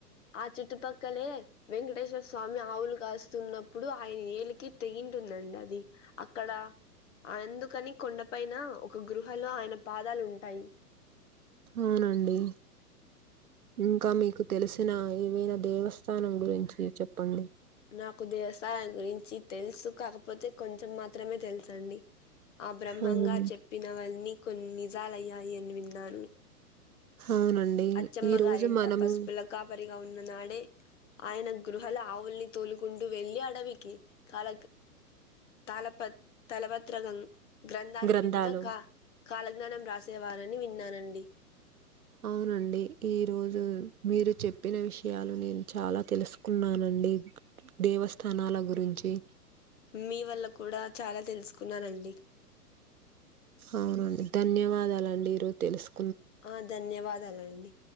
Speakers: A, on the left (about 50°); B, on the right (about 65°).
A: ఆ చుట్టుపక్కలే వెంకటేశ్వర స్వామి ఆవులు కాస్తున్నప్పుడు ఆయన ఏలికి తెగింటుందండి అది అక్కడ అందుకని కొండపైన ఒక గృహలో ఆయన పాదాలు ఉంటాయి
B: అవునండి ఇంకా మీకు తెలిసిన ఏవైన దేవస్థానం గురించి చెప్పండి
A: నాకు దేవస్థానాల గురించి తెలుసు కాకపోతే కొంచెం మాత్రమే తెలుసు అండి ఆ బ్రహ్మంగారు
B: అవును.
A: చెప్పిన వాన్నీ కొన్ని నిజాలయ్యాయి అని విన్నాను
B: అవునండి
A: అచ్చమ్మ
B: ఈరోజు
A: గారింట
B: మనము
A: పసుపుల కాపరిగా ఉన్న నాడే ఆయన గృహల ఆవుల్ని తోలు గుండు వెళ్లి అడవికి కాల తలప తలపత్రకం గ్రంథాల
B: గ్రంథాలు.
A: మీందక కాలజ్ఞానం రాసేవారని విన్నానండి
B: అవునండి ఈరోజు మీరు చెప్పిన విషయాలు నేను చాలా తెలుసుకున్నానండి దేవస్థానాల గురించి
A: మీ వల్ల కూడ చాల తెలుసుకున్నానండి
B: అవునండి ధన్యవాదాలు అండి ఈరోజు తెలుసుకో
A: ఆ ధన్యవాదాలండి అండి